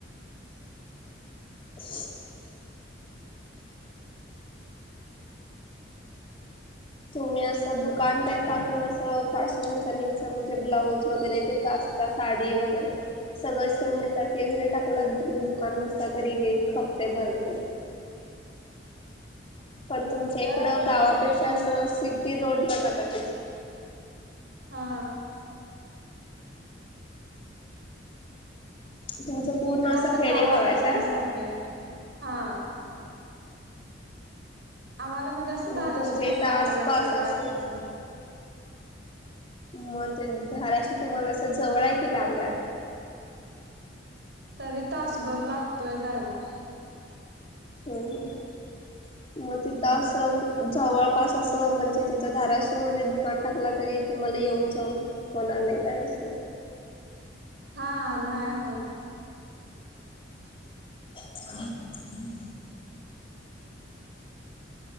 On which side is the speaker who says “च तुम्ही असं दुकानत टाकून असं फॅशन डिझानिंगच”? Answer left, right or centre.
Left